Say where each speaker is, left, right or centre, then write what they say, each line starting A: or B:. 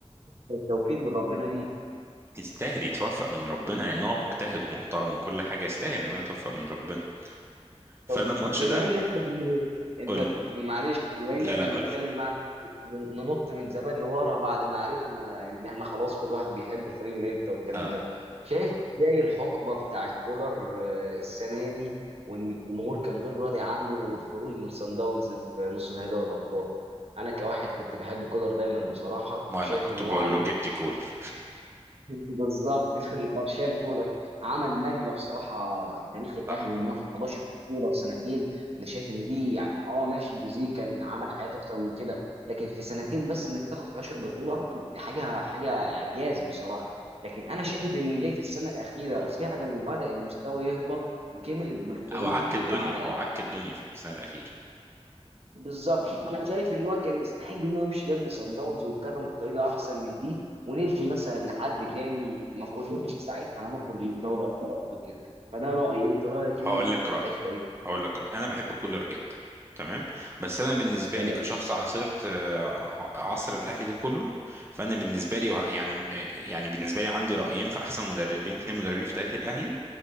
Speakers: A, on the right; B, on the right.
A: كانت توفيق من ربنا ليه
B: يستاهل يتوفق من ربنا لان هو مجتهد ومحترم وكل حاجه يستاهل ان هو يتوفق من ربنا فانا
A: طب
B: الماتش
A: بما
B: ده
A: ان احنا انت
B: قول لي
A: معلش بما
B: لا
A: ان احنا
B: لا قول
A: بنتكلم
B: لي
A: بقى ننط من زمان لورا بعد ما عرفنا ان احنا خلاص كل واحد بيحب الفريق من امتى والكلام
B: اه
A: ده شايف ازاي الحقبه بتاعت كولر آه، السنه دي وان الجمهور كان غير راضي عنه والخروج من سان داونز في نص نهائي دوري الابطال انا كواحد كنت بحب كولر دايما بصراحه
B: وانا
A: شايف
B: كنت
A: ان هو
B: بقول
A: عمل
B: له جدي كولر
A: بالظبط <laughs> مارشال كولر عمل نقله بصراحه في تاريخ
B: <laughs>
A: الاهلي
B: صح
A: انه ياخد 11 كوره في سنتين انا شايف ان دي يعني اه ماشي الجوزيه كان عمل حاجات اكتر من كده لكن في سنتين بس انك تاخد 11 بطوله دي حاجه حاجه اعجاز بصراحه
B: صح
A: لكن انا شايف انه جاي في السنه الاخيره فعلا وبدا المستوى يهبط وكملت بالخروج
B: او عك الدنيا
A: على
B: هو عك الدنيا في الموسم الاخير
A: بالظبط انا شايف ان هو كان يستحق ان هو يمشي قبل سان داونز ويتكرم بطريقه احسن من دي وندي مثلا لحد تاني ما كناش ساعتها هنخرج من دوري ابطال افريقيا فده رايي انت رايك
B: هقول
A: ايه في
B: لك
A: الحته
B: رايي
A: دي؟
B: هقول لك رايي انا بحب كولر جدا تمام بس انا بالنسبه
A: تمام
B: لي كشخص عاصرت آه، ع- عصر الاهلي ده كله فانا بالنسبه لي وه- يعني آه، يعني بالنسبه لي عندي رايين في احسن مدربين اتنين مدربين في تاريخ الاهلي